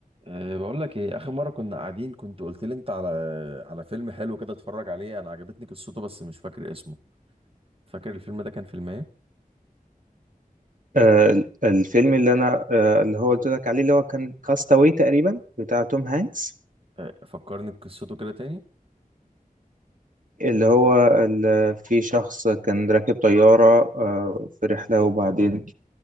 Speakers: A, on the right; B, on the right.
A: أه بقول لك ايه اخر مره كنا قاعدين كنت قلت لي انت على على فيلم حلو كده اتفرج عليه انا عجبتني قصته بس مش فاكر اسمه فاكر الفيلم ده كان فيلم ايه
B: آه، الفيلم اللي انا آه، اللي هو قلت لك عليه اللي هو كان كاستاوي تقريبا بتاع توم هانكس
A: أه فكرني بقصته كده تاني
B: اللي هو ال- في شخص كان راكب طيارة آه، في رحلة وبعدين